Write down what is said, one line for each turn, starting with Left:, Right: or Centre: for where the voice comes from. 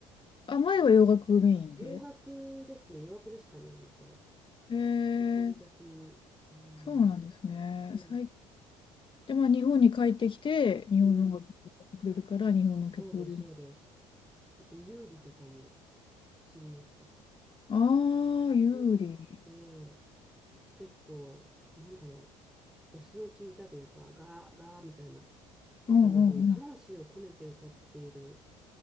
Left: あ、前は洋楽メインで。
Centre: 洋楽ですね、洋楽でしたね、本当。
Left: へえ、
Centre: 基本的に。うん、
Left: そうなんですね。
Centre: そ
Left: 最で、まあ、日本に帰ってきて、日本の音楽に触れるから、
Centre: う。うん。
Left: 日本の曲を。
Centre: あそうです、そうです。あと、有利とかも知りました。
Left: ああー、有利。
Centre: 料リって結構、なんだろう、ドスの効いたというか、ガー、ガーみたいな、結構なんかね、
Left: うんうんうん。
Centre: 魂を込めて歌っている